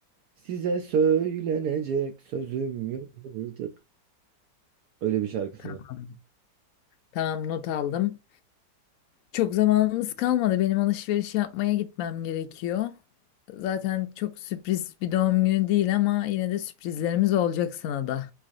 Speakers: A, on the right (about 70°); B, on the left (about 80°).
A: Size söylenecek sözüm yok artık. Öyle bir şarkısı
B: Tamam,
A: var.
B: tamam not aldım. Çok zamanımız kalmadı. Benim alışveriş yapmaya gitmem gerekiyor. Zaten çok sürpriz bir doğum günü değil ama yine de sürprizlerimiz olacak sana da.